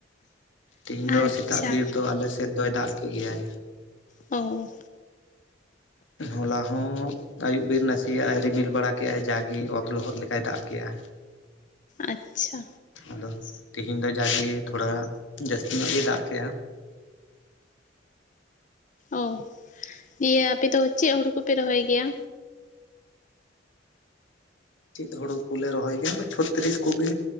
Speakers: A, on the left (about 85°); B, on the left (about 45°).
A: ᱛᱮᱦᱤᱧ ᱫᱚ
B: ᱟᱪᱪᱷᱟ
A: ᱥᱮᱛᱟᱜ ᱵᱤᱨ ᱫᱚ ᱟᱞᱮ ᱥᱮᱫ ᱫᱚᱭ ᱫᱟᱜ ᱠᱮᱜ ᱜᱮᱭᱟᱭ᱾
B: ᱚᱼ
A: ᱦᱚᱞᱟ ᱦᱚᱸ ᱟᱹᱭᱩᱵ ᱵᱮᱨ ᱱᱟᱥᱮᱭᱟᱜᱼᱟᱭ ᱨᱤᱢᱤᱞ ᱵᱟᱲᱟ ᱠᱮᱜᱼᱟᱭ ᱡᱟᱜᱮ ᱚᱛ ᱞᱚᱦᱚᱫ ᱞᱮᱠᱟᱭ ᱫᱟᱜ ᱠᱮᱜᱼᱟ᱾
B: ᱟᱪᱪᱷᱟ
A: ᱟᱫᱚ ᱛᱤᱦᱤᱧ ᱫᱚ ᱡᱟᱜᱮ ᱛᱷᱚᱲᱟ ᱡᱟᱹᱥᱛᱤ ᱧᱚᱜ ᱜᱮ ᱫᱟᱜ ᱠᱮᱜᱼᱟ᱾
B: ᱚ ᱫᱤᱭᱮ ᱟᱯᱮ ᱫᱚ ᱪᱮᱜ ᱦᱩᱲᱩ ᱠᱚᱯᱮ ᱨᱚᱦᱚᱭ ᱜᱮᱭᱟ?
A: ᱪᱮᱫ ᱦᱩᱲᱩ ᱠᱚᱞᱮ ᱨᱚᱦᱚᱭ ᱜᱮᱭᱟ ᱚᱝᱠᱟ ᱪᱷᱚᱛᱛᱨᱤᱥ ᱠᱚᱜᱮ